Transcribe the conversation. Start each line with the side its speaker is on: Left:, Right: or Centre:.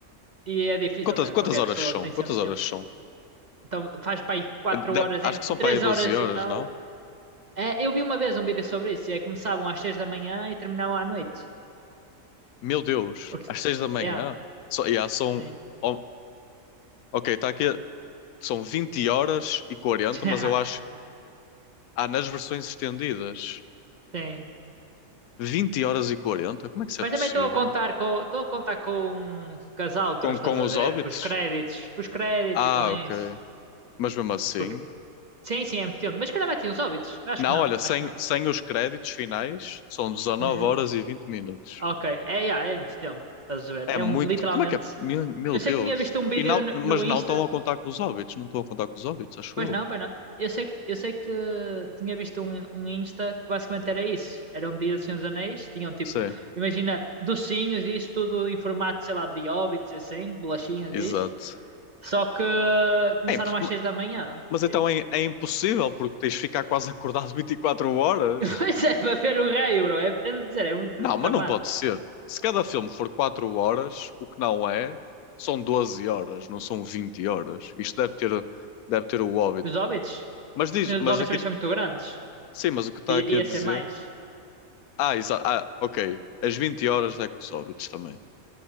Right: e é difícil,
Left: Quantas,
Right: não é?
Left: quantas
Right: Qualquer
Left: horas
Right: pessoa
Left: são?
Right: tem
Left: Quantas
Right: sempre
Left: horas
Right: tempo.
Left: são?
Right: Então faz para aí 4
Left: Eh, da-
Right: horas,
Left: Acho
Right: em,
Left: que são
Right: 3
Left: para aí 12
Right: horas
Left: horas,
Right: e tal.
Left: não?
Right: É, eu vi uma vez um vídeo sobre isso, e é que começavam às 6 da manhã e terminavam à noite.
Left: Meu Deus,
Right: Porque...
Left: às seis da manhã?
Right: É,
Left: Só, yeah, são.
Right: sim.
Left: oh, ok, está aqui. São vinte horas e quarenta
Right: <laughs>
Left: mas
Right: já
Left: eu acho Há nas versões estendidas
Right: sim.
Left: 20 horas e 40. Como é que isso
Right: Mas
Left: é possível?
Right: também estou a contar com, estou a contar com um casal,
Left: Com,
Right: estás
Left: com
Right: a
Left: os
Right: ver?
Left: Hobbits?
Right: Com os créditos, com os créditos
Left: Ah,
Right: e com isso.
Left: ok. Mas mesmo assim.
Right: Porque, sim, sim, é muito tempo. Mas se calhar meti uns óbitos. Acho
Left: Não,
Right: que não,
Left: olha, sem,
Right: acho que não.
Left: sem os créditos finais, são 19
Right: Hum,
Left: horas e 20 minutos.
Right: ok, é, yeah, é muito tempo, estás a ver?
Left: É
Right: É
Left: muito.
Right: um, literalmente.
Left: Como é que é? Meu, meu
Right: Eu sei
Left: Deus.
Right: que tinha visto um vídeo
Left: E não,
Right: no,
Left: mas
Right: no Insta,
Left: não estão a contar com os Hobbits, não estão a contar com os Hobbits, acho
Right: pois
Left: eu.
Right: não, pois não. Eu sei que, eu sei que tinha visto um, um Insta que basicamente era isso. Era um dia dos Senhor dos Anéis, tinham tipo,
Left: Sim,
Right: imagina, docinhos e isso tudo em formato, sei lá, de hobbits e assim, bolachinhas
Left: exato.
Right: e isso. Só que começaram
Left: É impo-
Right: às seis da manhã,
Left: mas então
Right: tipo.
Left: é, é impossível, porque tens de ficar quase acordado 24 horas.
Right: <laughs> Pois é, para ver o rei, bro. É, é de dizer, é muito
Left: Não,
Right: tramado.
Left: mas não pode ser. Se cada filme for 4 horas, o que não é, são 12 horas, não são 20 horas. Isto deve ter, deve ter o óbito.
Right: Os hobbits,
Left: Mas diz,
Right: os Senhor
Left: mas
Right: dos hobbits
Left: aqui,
Right: também são muito grandes.
Left: sim, mas o que está
Right: De
Left: aqui
Right: Ia
Left: a dizer?
Right: ser mais.
Left: Ah, exato. ah, ok. As 20 horas é com os óbitos também.